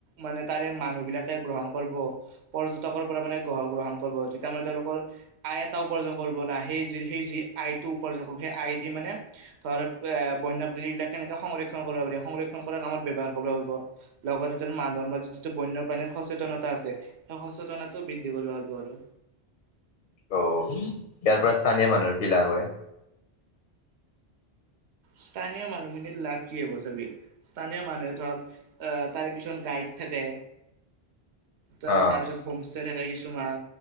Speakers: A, on the right; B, on the left.
A: মানে তাৰে মানুহ বিলাক গ্ৰহণ কৰিব পৰ্যটকৰ পৰা মানে গ গ্ৰহণ কৰিব তেতিয়া মানে তেওঁলোকৰ আই এটা উপাৰ্জন কৰ- মানে সেই জুই আইটো উপাৰ্জন কৰিব সেই আই দি মানে ধৰা পোৱা বন্যপ্ৰাণীবিলাক কেনেকে সংৰক্ষণ কৰিব পাৰি সংৰক্ষণ কৰা কামত ব্যৱহাৰ কৰিব পাৰব লগতে ত মা ধৰ্ম টো টো টো বন্য- পানীৰ সচেতনতা আছে সেই সচেতনতটো বৃদ্ধি কৰিব পাৰব আৰু।
B: অ ইয়াৰ পৰা স্থানীয় মানুহৰ কি লাভ হয়?
A: স্থানীয় মানুহখিনিৰ লাভ কি হব চাবি। স্থানীয় মানুহে ধৰ আহ তাৰে কিছমান গাইড থাকে। ত
B: অ
A: তাৰপিছত হোম ষ্টে থাকে কিছুমান